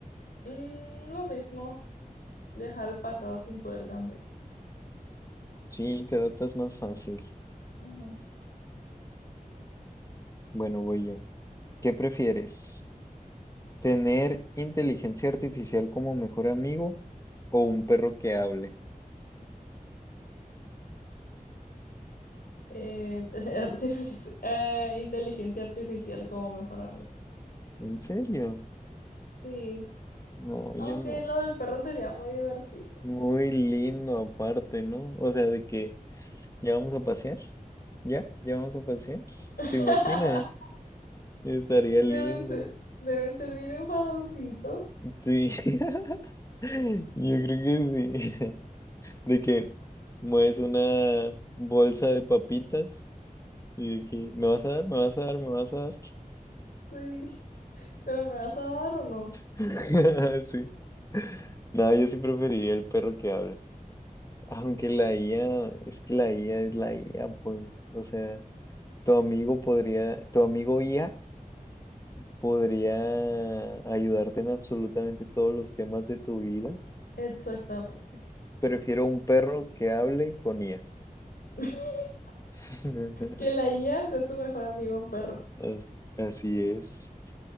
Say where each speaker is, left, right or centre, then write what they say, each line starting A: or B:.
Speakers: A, on the left (about 80°); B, on the left (about 20°).
A: Mm, lo mismo, viajar al pasado sin poder cambiarlo.
B: Sí, te adaptas más fácil.
A: Ujú.
B: Bueno, voy yo. ¿Qué prefieres? ¿Tener inteligencia artificial como mejor amigo o un perro que hable?
A: Eh, <laughs> tener artifici- eh, inteligencia artificial como mejor amigo.
B: ¿En serio?
A: Sí,
B: No, yo
A: aunque
B: no.
A: lo del perro sería muy divertido.
B: Muy lindo aparte, ¿no? O sea, de que ya vamos a pasear. ¿Ya? ¿Ya vamos a pasear?
A: <laughs>
B: ¿Te imaginas? Estaría lindo.
A: Deben ser, deben ser bien enfadositos.
B: Sí, <laughs> yo creo que sí. <laughs> De que mueves una bolsa de papitas Y de que, ¿me vas a dar? ¿Me vas a dar? ¿Me vas a dar?
A: Sí, pero ¿me vas a dar o no?
B: <laughs> Sí. No, yo sí preferiría el perro que habla. Aunque la IA, es que la IA es la IA, pues. O sea, tu amigo podría, tu amigo IA podría ayudarte en absolutamente todos los temas de tu vida.
A: Exactamente.
B: Prefiero un perro que hable con IA.
A: <laughs>
B: <laughs>
A: Que la IA sea tu mejor amigo en perro.
B: As- Así es.